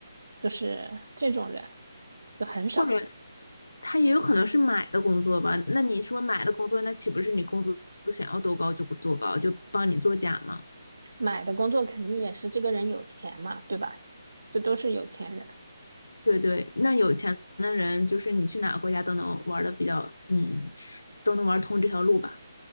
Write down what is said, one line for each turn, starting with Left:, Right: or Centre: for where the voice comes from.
Right: 就是这种人就很少。
Left: 或者他也有可能是买的工作吧？那你说买的工作，那岂不是你工资想要多高就多高，就帮你作假吗？
Right: 买的工作肯定也是这个人有钱嘛，对吧？这都是有钱人。
Left: 对对，那有钱的人就是你去哪个国家都能玩的比较，嗯，都能玩通这条路吧。